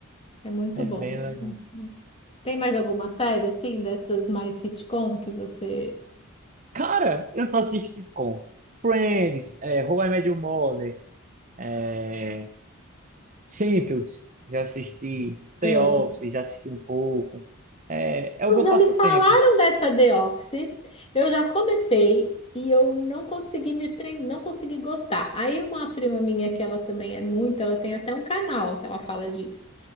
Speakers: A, on the left; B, on the right.
A: é muito
B: é
A: bom.
B: bem legal.
A: é muito bom. Tem mais alguma série, assim, dessas mais sitcom que você...
B: Cara, eu só assisto sitcom. Friends, é, How I Met Your Mother, é, Seinfeld, já assisti. The
A: Ah.
B: Office, já assisti um pouco. É, é o meu
A: Já
B: passatempo.
A: me falaram dessa The Office, eu já comecei e eu não consegui me prender, não consegui gostar. Aí uma prima minha, que ela também é muito, ela tem até um canal que ela fala disso.